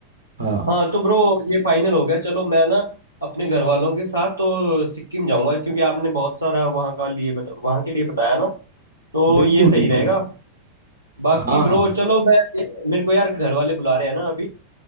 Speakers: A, on the right; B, on the left.
A: हाँ
B: हाँ तो ब्रो ये फाइनल हो गया चलो मैं ना अपने घर वालों के साथ तो सिक्किम जाऊंगा क्योंकि आपने बहुत सारा वहाँ का लिए बता, वहाँ के लिए बताया ना तो
A: बिल्कुल
B: ये सही
A: बिल्कुल
B: रहेगा बाकी
A: हाँ
B: ब्रो
A: हाँ
B: चलो मैं मेरे को यार घर वाले बुला रहे हैं ना अभी